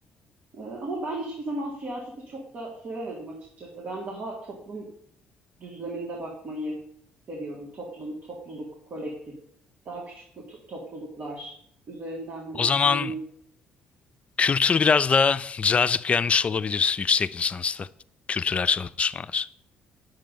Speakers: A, on the right; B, on the left.
A: E, ama ben hiçbir zaman siyaseti çok da sevemedim açıkçası. Ben daha toplum düzleminde bakmayı seviyorum. Toplum, topluluk, kolektif, daha küçük to- topluluklar üzerinden hani
B: O
A: düşünmeyi.
B: zaman kültür biraz daha cazip gelmiş olabilir yüksek lisansta. Kültürel çalışmalar.